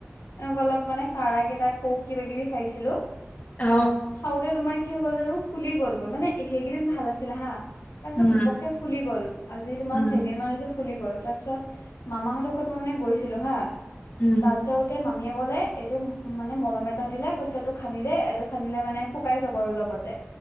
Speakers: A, on the left (about 85°); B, on the left (about 35°).
A: এনেকুৱা অলপ মানে ক কেইটা কক কিবা কিবি খাইছিলো।
B: অ
A: খাওঁতে তোমাৰ কি হৈ গ'ল জানো ফুলি গ'লগৈ, মানে সেইকেইদিন ভাল আছিলে হা। তাৰ পিছত
B: উম
A: ঘপকে ফুলি গ'ল, আজি তোমাৰ
B: উম
A: চাৰিদিন মান হৈছে ফুলি গ'ল। তাৰপিছত মামা সতঁৰ ঘৰত মানে মই গৈছিলো হা,
B: উম
A: তাত যাওঁতে মামীয়ে কলে এইটো মানে মলম এটা দিলে, কৈছে এইটো সানি দে এইটো সানিলে মানে শুকাই যাব আৰু লগতে।